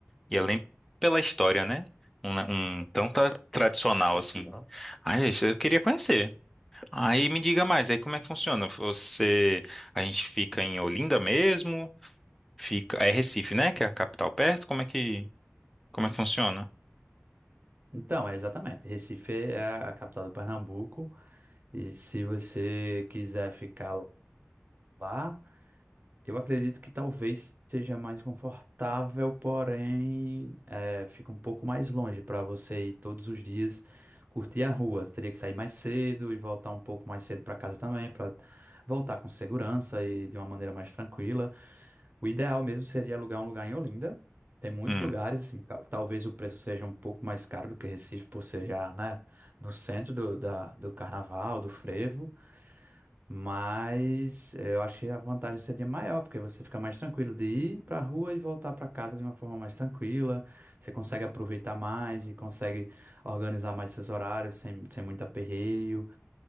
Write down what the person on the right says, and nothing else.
Então, é exatamente. Recife é a capital do Pernambuco, e se você quiser ficar lá, Eu acredito que talvez seja mais confortável, porém eh, fica um pouco mais longe para você ir todos os dias curtir a rua. Você teria que sair mais cedo e voltar um pouco mais cedo para casa também, para voltar com segurança e de uma maneira mais tranquila. O ideal mesmo seria alugar um lugar em Olinda. Tem muitos
lugares, assim, ta- talvez o preço seja um pouco mais caro do que Recife, por ser já, né, no centro do, da- do carnaval, do frevo. Mas eu acho que a vantagem seria maior, porque você fica mais tranquilo de ir para a rua e voltar para casa de uma forma mais tranquila. Você consegue aproveitar mais e consegue organizar mais seus horários sem, sem muito aperreio.